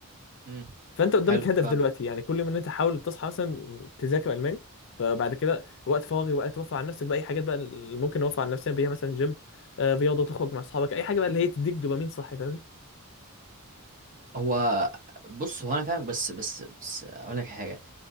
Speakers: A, on the right (about 35°); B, on the left (about 55°).
A: امم
B: فانت قدامك
A: حلو
B: هدف
A: فاهم
B: دلوقتي يعني كل ما ان انت حاول تصحى مثلا تذاكر الماني فبعد كده وقت فراغي وقت توفر على نفسك بقى اي حاجات بقى اللي ممكن اوفر على نفسي بيها مثلا جيم آه، رياضه تخرج مع اصحابك اي حاجه بقى اللي هي تديك دوبامين صحي فاهمني
A: هو بص هو انا فاهمك بس بس بس اقول لك حاجه